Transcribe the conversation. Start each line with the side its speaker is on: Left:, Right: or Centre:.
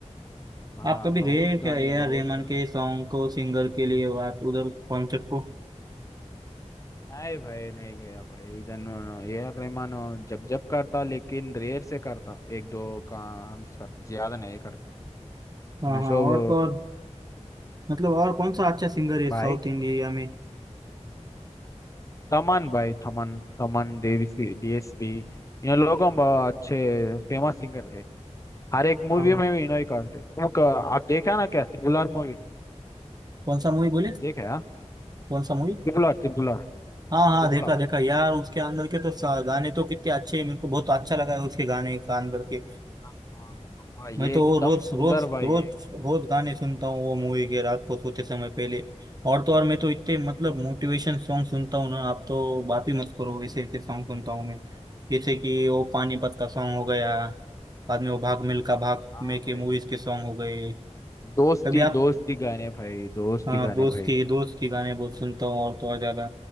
Left: वाह
Right: आप कभी
Left: बहुत
Right: गए क्या
Left: गाने
Right: ए आर
Left: बहुत
Right: रहमान
Left: गाने
Right: के सॉन्ग को सिंगर के लिए आप उधर कॉन्सर्ट को
Left: नहीं भाई नहीं गया भाई इधर ए आर रहमान जब जब करता लेकिन रेयर से करता एक दो काम करता ज्यादा नहीं करता
Right: हाँ
Left: उन्हें
Right: हाँ
Left: सब
Right: और तो और मतलब और कौन सा अच्छा सिंगर है
Left: भाई
Right: साउथ इंडिया में
Left: तमन भाई थमन तमन देवी डीएसपी इन लोगों बहुत अच्छे फेमस सिंगर है हर एक
Right: हाँ
Left: मूवी
Right: हाँ
Left: में भी इन्हों ही करते तुम क- आप देखा ना क्या ट्रिपुलर मूवी
Right: कौन सा मूवी बोले
Left: देखे हाँ
Right: कौन सा मूवी
Left: ट्रिपुलर ट्रिपुलर
Right: हाँ
Left: ट्रिपुलर
Right: हाँ देखा देखा यार उसके अंदर के तो सा- गाने तो कितने अच्छे हैं मेरे को बहुत अच्छा लगा है उसके गाने के अंदर के।
Left: हाँ भाई
Right: मैं
Left: ये
Right: तो
Left: एकदम
Right: वो रोज
Left: सुंदर
Right: रोज
Left: भाई
Right: रोज
Left: है
Right: रोज गाने सुनता हूँ वो मूवी के रात को सोते समय पहले और तो और मैं तो इतने मतलब मोटिवेशन सॉन्ग सुनता हूँ ना आप तो बात ही मत करो वैसे ऐसे सॉन्ग सुनता हूँ मैं जैसे कि वो पानीपत का सॉन्ग हो गया बाद में वो भाग मिल्खा भाग
Left: हाँ
Right: में
Left: भाई
Right: के मूवीज के सॉन्ग हो गए
Left: दोस्ती
Right: कभी आप
Left: दोस्ती गाने भाई दोस्ती
Right: हाँ
Left: गाने
Right: दोस्त
Left: भाई
Right: की दोस्त की गाने बहुत सुनता हूँ और तो और ज्यादा